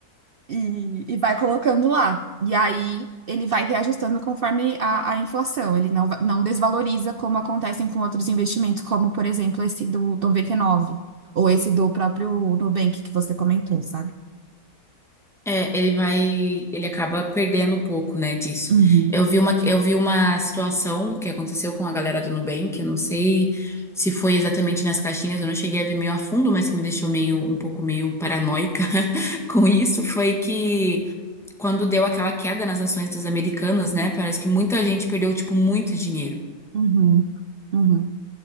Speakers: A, on the right; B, in the centre.
A: e, e vai colocando lá. E aí ele vai reajustando conforme a, a inflação. Ele não, va- não desvaloriza como acontecem com outros investimentos, como, por exemplo, esse do 99 ou esse do próprio Nubank que você comentou, sabe?
B: É, ele vai, ele acaba perdendo um pouco, né, disso.
A: Uhum,
B: Eu vi uma, eu vi uma situação que aconteceu com a galera do Nubank, eu não sei se foi exatamente nas caixinhas, eu não cheguei a ver meio a fundo, mas que me deixou meio, um pouco meio paranoica <laughs> com isso, foi que quando deu aquela queda nas ações das americanas, né, parece que muita gente perdeu, tipo, muito dinheiro.
A: uhum, uhum.